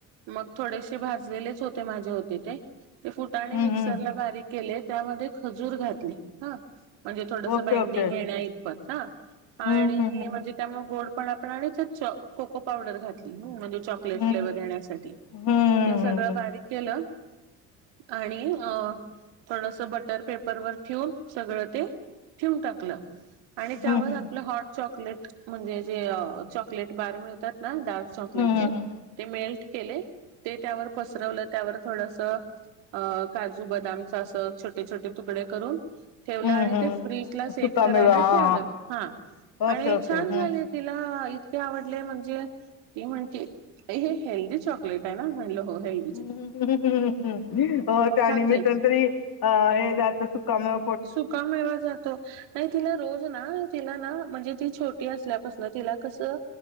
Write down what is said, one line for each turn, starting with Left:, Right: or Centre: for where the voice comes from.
Right: मग थोडेसे भाजलेलेच होते माझे होते ते ते फुटाणे
Left: हम्म
Right: मिक्सरला
Left: हम्म
Right: बारीक केले त्यामध्ये खजूर घातले हा.. म्हणजे थोडस
Left: ओके
Right: बांडिंग
Left: ओके
Right: घेण्या इतपत ह
Left: हम्म
Right: आणि
Left: हम्म
Right: म्हणजे त्यामुळे गोड आपण आणि च कोको पावडर घातली चॉकलेट
Left: हम्म
Right: फ्लेवर येण्यासाठी.
Left: हम्म हम्म
Right: ते सगळं बारीक केलं आणि थोडस बटर पेपर वर ठेवून सगळ ते ठेवून टाकलं आणि त्यावर
Left: हम्म हम्म
Right: आपलं हॉट चॉकलेट म्हणजे जे चॉकलेट बार मिळतात ना डार्क चॉकलेटचे
Left: हम्म हम्म
Right: ते मेल्ट केले ते त्यावर पसरवलं त्यावर थोडस अ काजू, बदामचा असं छोटे, छोटे तुकडे करून. ठेवलं आणि
Left: हम्म हम्म
Right: ते फ्रीज ला सेट
Left: सुकामेवा
Right: करायला
Left: हा
Right: ठेवलं हा
Left: ओके
Right: आणि
Left: ओके
Right: छान
Left: हम्म
Right: झाले. तिला इतके आवडले म्हणजे ती म्हणते हे हेल्दी चॉकलेट काय ना म्हटल हो हिल.
Left: हो
Right: मग
Left: त्या आणि
Right: खाती
Left: मी तरी अ हे जात सुका म
Right: सुका मेवा जातो. नाही तिला रोज ना तिला ना म्हणजे ती छोटी असल्यापासन तिला कसं